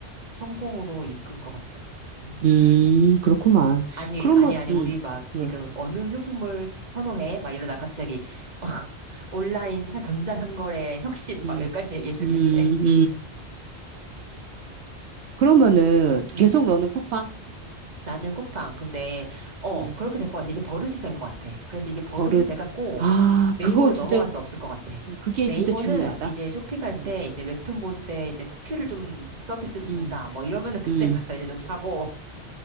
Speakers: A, on the right (about 40°); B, on the right (about 75°).
A: 성공으로 이끈 것 같아. 음.
B: 음, 그렇구만.
A: 아니,
B: 그러면,
A: 아니, 아니,
B: 응
A: 우리 막 지금
B: 왜,
A: 어느 쇼핑몰 선호해? 막 이러다 갑자기 <laughs> 어, 온라인 사- 전자상거래 혁신
B: 응
A: 막 여기까지 얘기를
B: 응
A: 했네. <laughs>
B: 응 그러면은
A: 음.
B: 계속 너는 쿠팡?
A: 나는 쿠팡. 근데, 어,
B: 응
A: 그렇게 될 것 같아. 이제 버릇이 된 것 같아. 그래서 이게 버릇이
B: 버릇.
A: 돼갖고
B: 아,
A: 네이버로
B: 그거 진짜,
A: 넘어갈 수 없을 것 같아.
B: 음, 그게
A: 네이버는
B: 진짜 중요하다.
A: 이제 쇼핑할 때
B: 응,
A: 이제 웹툰 볼 때 이제 쿠키를 좀 서비스로 준다.
B: 응,
A: 뭐 이러면은 <laughs>
B: 응,
A: 그때 가서 이제 좀 사고.